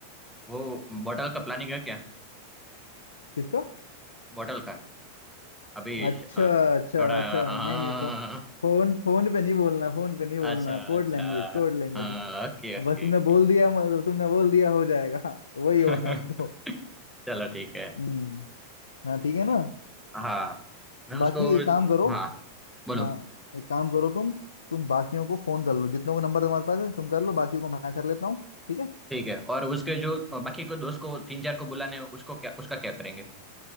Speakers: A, in the centre; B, on the left.
A: वो बॉटल का प्लानिंग है क्या
B: किसका
A: बॉटल का अभी
B: अच्छा
A: श- अ,
B: अच्छा
A: थोड़ा हाँ
B: अच्छा नहीं नहीं फो, फोन फोन पे नहीं बोलना फोन पे नहीं बोलना
A: अच्छा
B: कोड
A: अच्छा
B: लैंग्वेज कोड लैंग्वेज
A: Okay okay
B: बस तुमने
A: okay
B: बोल दिया मतलब तुमने बोल दिया हो जाएगा <laughs> वही
A: <laughs>
B: होना है अब तो
A: चलो ठीक है
B: हम्म हाँ ठीक है ना
A: हाँ मैं
B: बाकी
A: उसको
B: एक काम करो
A: हाँ बोलो
B: हाँ एक काम करो तुम तुम बाकियों को फोन कर लो जितनों को नंबर तुम्हारे पास है तुम कर लो बाकियों को मैं कर लेता हूँ ठीक है
A: ठीक है और उसके जो बाकी को दोस्त को तीन चार को बुलाने हैं, उसको क्या उसका क्या करेंगे